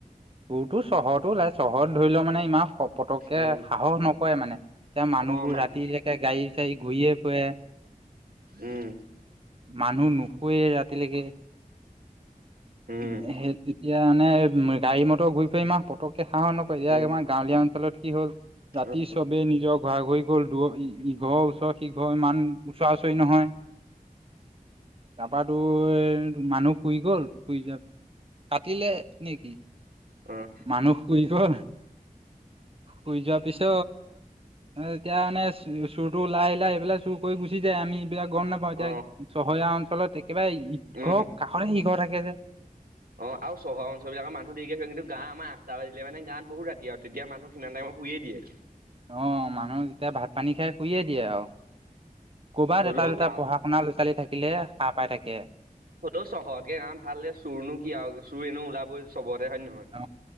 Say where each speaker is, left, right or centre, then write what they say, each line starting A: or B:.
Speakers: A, on the right; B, on the right.
A: চোৰতো চহৰতো ওলাই চহৰত ধৰি লও' মানে ইমান পতকে
B: উম,
A: সাহস নকৰে মানে। এতিয়া মানুহবোৰ
B: অ' মানুহ
A: ৰাতিলৈকে গাড়ী চাড়ী ঘূৰিয়ে ফুৰে
B: উম।
A: মানুহ নুশুৱেই ৰাতিলেকে
B: উম,
A: সে তেতিয়া মানে, গাড়ী মটৰ ঘূৰি ফুৰা ইমান পতক সাহস নকৰে ইতিয়া
B: উম,
A: আমাৰ গাঁৱলীয়া অঞ্চলত কি হ'ল জাতি
B: অ',
A: চবে নিজৰ ঘৰা ঘৰি গ'ল দূৰ ইঘৰ ওচৰ সিঘৰ ইমান ওচৰা ওচৰি নহয়। তাৰপ তুই‌ মানুহ শুই গ'ল শুই যাত কাটিলে নেকি?
B: অ',
A: মানুহ শুই গ'ল। শুই যোৱা পিছত এ এতিয়া মানে চ চুৰ ওলাই আহিলে, আহিবেলাই চুৰ কৰি গুচি যায় আমি বিলাক গম নাপাওঁ এতিয়া
B: অ'।
A: চহৰীয়া অঞ্চলত একেবাৰে ইঘৰ
B: উম অ আৰু
A: কাষতে সিঘৰ
B: চহৰ
A: থাকে যে
B: অঞ্চল বিলাকৰ মানুহ দেিকে কিন্তু গা আমাৰ তাৰ পাছে মানে গাত বহুত ৰাতি আৰু তেতিয়া মানুহ সিমান টম শুই দিয়ে
A: অ মানুহ এতিয়া ভাত পানী খাই শুইয়ে দিয়ে আৰু কৰবাত
B: হ'লেও
A: এটা দুটা
B: গাঁও
A: পঢ়া শুনা ল'ৰা ছোৱালী থাকিলে স পাই থাকে
B: সেটো চহৰকে গান ভাল দে চুৰনো কি আৰু চুৰ এনেো ওলাবই চবত দে হয় নে নহয়?
A: অ